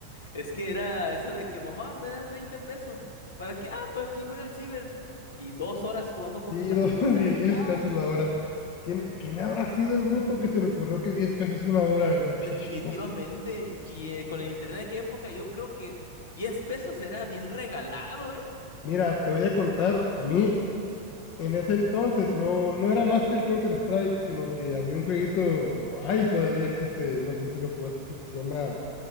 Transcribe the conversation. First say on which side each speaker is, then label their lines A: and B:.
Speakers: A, on the left; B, on the left.
A: es que era esa de que mamá, me das 20 pesos. ¿Para qué? Ah, para aquí voy al ciber. Y dos horas jugando con
B: Sí,
A: tus amigos
B: dos-
A: ahí.
B: 10,
A: ¡Ah!
B: pesos la hora. ¿Quién, quién habrá sido el bruto que se le ocurrió que 10 pesos es una hora en la <laughs> pinche
A: definitivamente.
B: compu?
A: Y eh, con el internet de aquella época, yo creo que 10 pesos era bien regalado, ¿eh?
B: Mira, te voy a contar, a mí en ese entonces no,
A: Ujú.
B: no era más que el Counter-Strike, sino que había un jueguito, bueno, ahí todavía existe, no sé si lo jugaste tú, que se llama